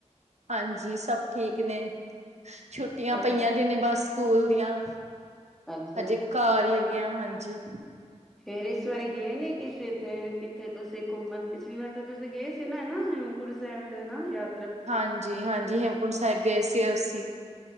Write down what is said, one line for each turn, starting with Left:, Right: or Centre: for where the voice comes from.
Right: ਹਾਂਜੀ, ਸਭ ਠੀਕ ਨੇ ਛੁੱਟੀਆਂ
Centre: ਹੋਰ
Right: ਪਈਆਂ ਦੀ ਨੇ ਬਸ ਸਕੂਲ ਦੀਆਂ।
Centre: ਅੱਛਾ
Right: ਹਜੇ ਘਰ ਈ ਹੈਗੇ ਆ ਹਾਂਜੀ
Centre: ਫੇਰ ਇਸ ਵਾਰੀ ਗੇ ਨੀ ਕਿਸੇ ਇੱਥੇ ਕਿੱਥੇ ਤੁਸੀਂ ਘੁੰਮਨ ਪਿਛਲੀ ਵਾਰ ਤਾਂ ਤੁਸੀਂ ਗਏ ਸੀ ਨਾ ਹਨਾ ਹੇਮ ਯਾ
Right: ਹਾਂਜੀ ਹਾਂਜੀ ਹੇਮਕੁੰਟ ਸਾਹਿਬ ਗਏ ਸੀ ਅਸੀਂ